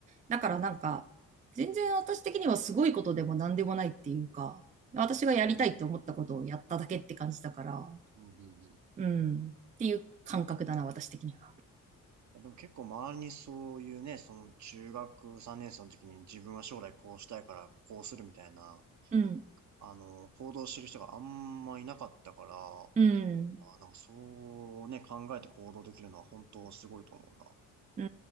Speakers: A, on the right (about 25°); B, on the right (about 50°).
A: だからなんか、全然私的にはすごいことでも何でもないっていうか、私がやりたいって思ったことをやっただけって感じだから、
B: うん、うんうん。
A: うん、っていう感覚だな、私的には。
B: でも結構周りにそういうね、その中学3年生の時に自分は将来こうしたいからこうするみたいな、
A: うん、
B: あの、行動してる人があんまいなかったから、あ
A: うん。
B: ー、なんかそうね、考えて行動できるのは本当すごいと思うな。
A: う